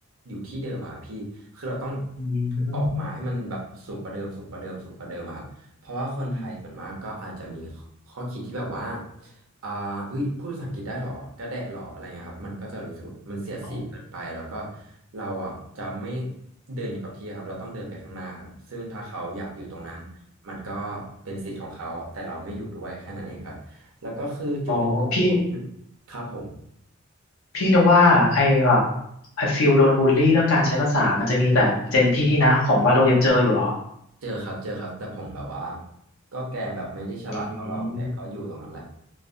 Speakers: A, on the right; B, on the left.
A: อยู่ที่เดิมอะครับพี่คือเราต้อง
B: อืม
A: ออกมาให้มันแบบสูงกว่าเดิมสูงกว่าเดิมสูงกว่าเดิมอะครับ เพราะว่าคนไทยส่วนมากก็อาจจะมีข้อคิดที่แบบว่า
B: อืม
A: อ่าอุ้ยพูดภาษาอังกฤษได้หรอกระแดะหรออะไรเงี้ยครับมันก็จะรู้สึกมันเสียดสีเกินไปแล้วก็
B: โอ้โห
A: เราอ่ะจะไม่เดินอยู่กับที่ครับเราต้องเดินไปข้างหน้าครับซึ่งถ้าเขาอยากอยู่ตรงนั้น มันก็เป็นสิทธิ์ของเขา แต่เราไม่อยู่ด้วยแค่นั้นเองครับแล้วก็คือจุดเริ่มต้นของผมที่
B: โอ้พี่
A: ครับผม
B: พี่นึกว่าไอ้แบบไอ้ฟิลโดนบูลลี่เรื่องการใช้ภาษามันจะมีแต่เจนพี่นะของวาโลยังเจออยู่เหรอ
A: เจอครับเจอครับ แต่ผมแบบว่าก็แกแบบไม่ได้ฉลาดเท่าเรา
B: อื
A: แกก็อยู่ตรงนั้นแหละ
B: ม